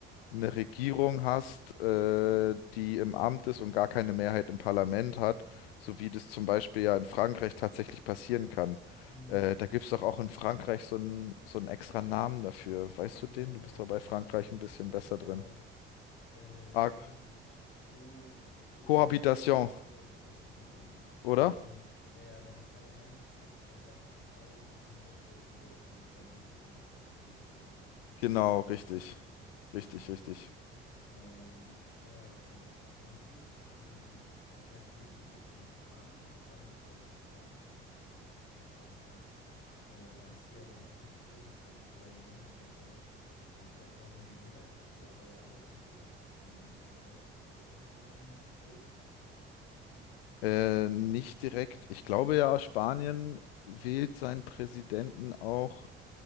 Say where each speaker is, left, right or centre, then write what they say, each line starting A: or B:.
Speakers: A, on the left; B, on the left.
A: eine Regierung hast, äh, die im Amt ist und gar keine Mehrheit im Parlament hat, so wie das zum Beispiel ja in Frankreich tatsächlich passieren kann.
B: Hm.
A: Äh, da gibt es doch auch in Frankreich so einen so einen extra Namen dafür. Weißt
B: Ja,
A: du den? Du
B: ja.
A: bist doch bei Frankreich
B: Ähm,
A: ein bisschen besser
B: ja,
A: drin.
B: äh,
A: Ah,
B: komme ich jetzt Co Co
A: Cohabitation,
B: Kohabitation, genau. Ja,
A: oder?
B: wenn, ja, ja, wenn das Parlament nicht von der gleichen Partei dominiert wird wie der Präsident, äh, der gewählt wurde.
A: Genau,
B: Ähm,
A: richtig.
B: genau.
A: Richtig, richtig.
B: Ähm, naja, okay, das ist. Und wie ist es dann, wenn du, weil zum Beispiel, dann gibt es ja noch Spanien, das war nämlich, glaube ich, im spanischen Kontext, wo ich mich das gefragt habe. Äh, da hast du ja dann auch noch einen König, der mit, oder in England ja auch. Da hast du ja quasi eine Monarchie, aber ja auch eine Demokratie, ne? Wie, weißt du, wie das dann zusammenwirkt?
A: Äh, nicht direkt. Ich glaube ja, Spanien wählt seinen Präsidenten auch